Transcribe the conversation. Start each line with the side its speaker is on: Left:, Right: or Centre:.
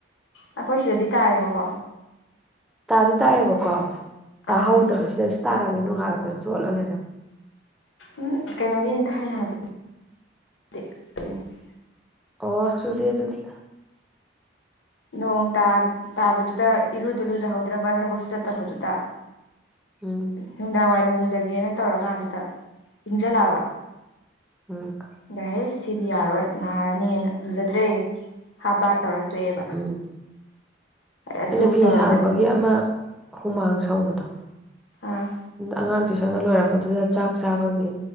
Left: ꯑꯩꯈꯣꯏ ꯁꯤꯗꯗꯤ ꯇꯥꯏꯌꯦꯕꯀꯣ
Centre: ꯇꯥꯗꯤ ꯇꯥꯛꯑꯦꯕꯀꯣ ꯇꯥꯍꯧꯗꯕ
Left: ꯑꯥ
Centre: ꯁꯤꯗꯁꯨ ꯇꯥꯔꯝꯃꯦ ꯅꯣꯡꯉꯥꯜꯂꯛꯄꯗ ꯆꯣꯠꯂ ꯂꯩꯔꯝꯃꯦ
Left: ꯎꯝ ꯀꯩꯅꯣꯒꯤꯅꯤꯗ ꯑꯩꯅ ꯍꯥꯏꯕ <unintelligible>
Centre: ꯑꯣ ꯁꯨꯗꯦ ꯑꯗꯨꯗꯤ
Left: ꯅꯣꯡ ꯇꯥ ꯇꯥꯕꯗꯨꯗ ꯏꯔꯨꯗꯨ ꯂꯨꯖꯍꯧꯗ꯭ꯔꯕ ꯊꯕꯛꯁꯨ ꯆꯠꯇꯕꯗꯨꯗ
Centre: ꯎꯝ
Left: ꯅꯨꯡꯗꯥꯡ ꯋꯥꯏꯔꯝ ꯂꯨꯖꯒꯦꯅ ꯇꯧꯔꯀꯥꯟꯗꯨꯗ ꯏꯡꯖꯜꯂꯛꯑꯕ
Centre: ꯎꯝ
Left: ꯑꯗ ꯍꯩꯁ ꯁꯤꯗꯤ ꯌꯥꯔꯣꯏ ꯅꯥꯔꯅꯤꯅ ꯂꯨꯖꯗ꯭ꯔꯦ ꯍꯥꯞ ꯕꯥꯠ ꯇꯧꯔ ꯇꯣꯛꯑꯦꯕ
Centre: ꯎꯝ
Left: ꯑꯗꯨ
Centre: ꯑꯩꯅ ꯐꯤ
Left: ꯇꯧꯔꯝꯃꯗꯤ
Centre: ꯁꯥꯔꯨꯕꯒꯤ ꯑꯃ ꯍꯨꯃꯥꯡ ꯁꯧꯕꯗꯣ
Left: ꯑꯥ
Centre: ꯑꯉꯥꯡ ꯇꯨꯁꯟꯒ ꯂꯣꯏꯔꯛꯄꯗꯨꯗ ꯆꯥꯛ ꯆꯥꯕꯒꯤ